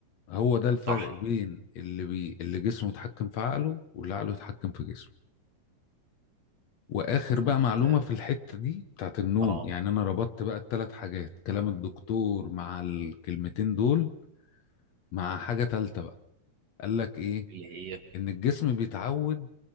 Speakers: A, on the left (about 65°); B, on the right (about 45°).
A: هو ده الفرق
B: صح
A: بين اللي بي... اللي جسمه يتحكم في عقله واللي عقله يتحكم في جسمه واخر بقى
B: فانت
A: معلومه في الحته دي بتاعت النوم
B: اه
A: يعني انا ربطت بقى الثلاث حاجات كلام الدكتور مع الكلمتين دول مع حاجه ثالثه قال لك ايه
B: اللي هي
A: ان الجسم بيتعود